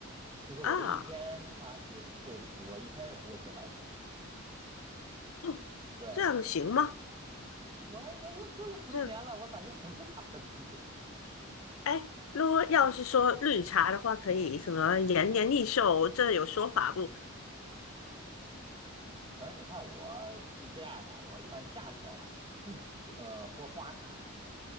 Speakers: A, on the right (about 25°); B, on the left (about 85°).
A: 就是我这一天他是不会喝，
B: 啊，
A: 我一天是不会喝白水。
B: 哦，
A: 对对，
B: 这样行吗？
A: 我我就喝了十多年了，
B: 这样
A: 我感觉也没啥问题。
B: 哎，如果要是说绿茶的话，
A: <laughs>
B: 可以什么延年益寿，
A: 嗯，
B: 这有说法不？
A: 反正你看我是这样的，我一般夏天啊，嗯喝呃喝花茶，